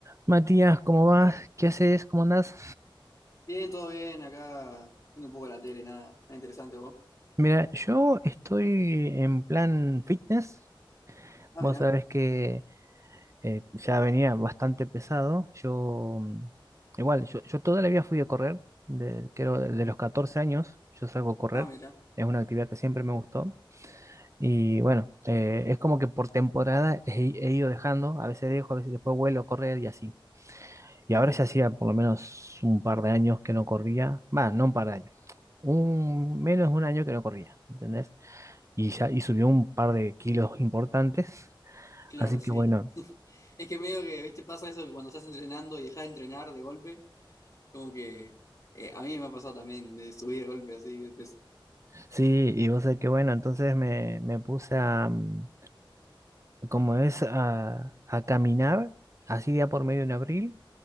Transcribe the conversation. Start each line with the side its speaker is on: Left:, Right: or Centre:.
Right: Matías, ¿cómo vas? ¿Qué haces? ¿Cómo andás?
Left: Bien, todo bien, acá viendo un poco la tele, nada, nada interesante vos.
Right: Mira, yo estoy en plan fitness.
Left: Ah,
Right: Vos
Left: mira,
Right: sabés que eh, ya venía bastante pesado. Yo, mm, igual, yo, yo toda la vida fui a correr, de, creo de los 14 años, yo salgo a correr.
Left: ah, mira,
Right: Es una actividad que siempre me gustó. Y bueno, eh, es como que por temporada he, he ido dejando, a veces dejo, a veces después vuelvo a correr y así. Y ahora ya hacía por lo menos un par de años que no corría, va, no un par de años un, menos de un año que no corría, ¿entendés? Y ya y subió un par de kilos importantes.
Left: claro,
Right: Así que
Left: sí.
Right: bueno,
Left: <laughs> Es que medio que, viste, pasa eso que cuando estás entrenando y dejas de entrenar de golpe, como que eh, a mí me ha pasado también de subir de golpe así, de peso.
Right: sí, y vos sabés que bueno, entonces me, me puse a, mm, como es, a, a caminar, así día por medio en abril,